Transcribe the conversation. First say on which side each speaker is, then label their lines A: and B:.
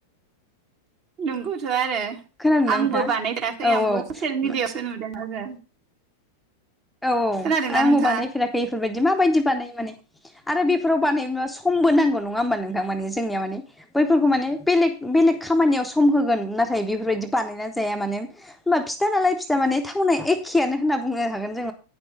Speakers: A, on the right; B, in the centre.
A: <inaudible> नंगौथ' आरो
B: खोनादोंना
A: आंबो
B: नोंथां
A: बानायथेराखै
B: औ
A: आंबो
B: औ
A: ससिल मिडियाआवसो नुदों आरो
B: औ औ
A: खोनादोंना
B: आंबो
A: नोंथाङा
B: बानायफेराखै एफोरबायदि माबायदि बानायो माने आरो बेफोराव बानायनोबा समबो नांगौ नङा होमबा नोंथां माने जोंनिया माने बैफोरखौ माने बेलेग बेलेग खामानियाव सम होगोन नाथाय बेफोरबायदि बानायना जाया माने होमबा फिथा नालाय फिथा माने थावना एखेआनो होनना बुंनो हागोन। माने